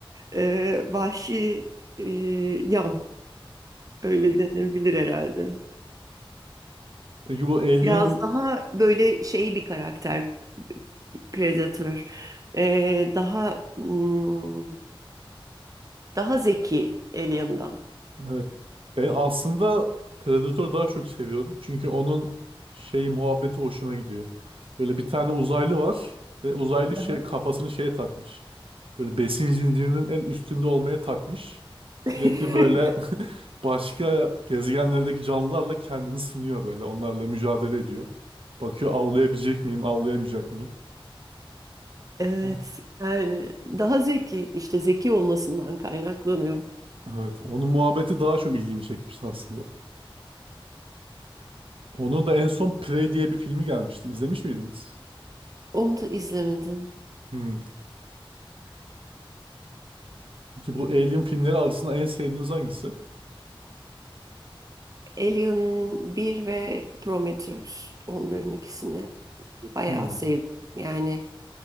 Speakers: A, on the right (about 40°); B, on the right (about 70°).
A: e, vahşi e, yan öyle denebilir herhalde.
B: Peki bu Alien
A: Biraz daha böyle şey bir karakter Predator. E, daha hmm, daha zeki Alien'dan.
B: Evet. Ben aslında Predator'u daha çok seviyorum. Çünkü onun şey muhabbeti hoşuma gidiyor. Böyle bir tane uzaylı var ve uzaylı şey
A: Aha.
B: kafasını şeye takmış. Böyle besin zincirinin en üstünde olmaya takmış. Sürekli
A: <laughs>
B: böyle <laughs> başka gezegenlerdeki canlılarla kendini sınıyor böyle. Onlarla mücadele ediyor. Bakıyor avlayabilecek miyim, avlayamayacak mıyım?
A: Evet
B: O-
A: yani daha zeki işte zeki olmasından kaynaklanıyor.
B: Evet, onun muhabbeti daha çok ilgimi çekmişti aslında. Onun da en son Prey diye bir filmi gelmişti. İzlemiş miydiniz?
A: Onu da izlemedim.
B: Hmm. Peki bu Alien filmleri arasında en sevdiğiniz hangisi?
A: Alien bir ve Prometheus. Onların ikisini bayağı
B: Hmm.
A: sevdim. Yani